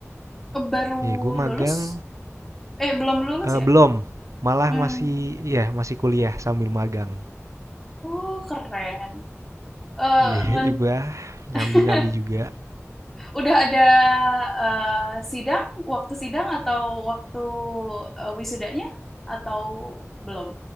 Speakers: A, in the centre; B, on the right.
A: baru
B: Iya, gue magang
A: lulus? Eh belum lulus
B: eh
A: ya?
B: belum, malah
A: Hmm.
B: masih ya masih kuliah sambil magang.
A: Oh keren. Eh
B: Iya,
A: ren-
B: bah nyambi-nyambi
A: <laughs>
B: juga.
A: udah ada eh, sidang, waktu sidang atau waktu eh, wisudanya atau belum?